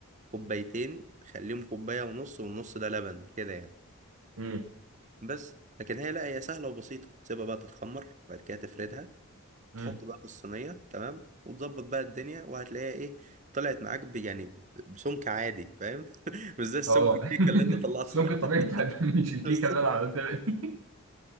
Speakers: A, on the right; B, on the right.
A: كوبايتين خليهم كوباية ونص والنص ده لبن كده يعني
B: امم
A: بس لكن هي لا هي سهلة وبسيطة تسيبها بقى تتخمر بعد كده تفردها
B: امم
A: تحط بقى في الصينية تمام وتظبط بقى الدنيا وهتلاقيها ايه طلعت معاك ب- يعني بسمك عادي فاهم <laughs> مش زي السمك
B: اه
A: الكيكة
B: <laughs>
A: اللي انت طلعته
B: السمك
A: ده
B: الطبيعي بتاع مش
A: <laughs>
B: الكيكه
A: بالظبط
B: اللي انا عملتها دي.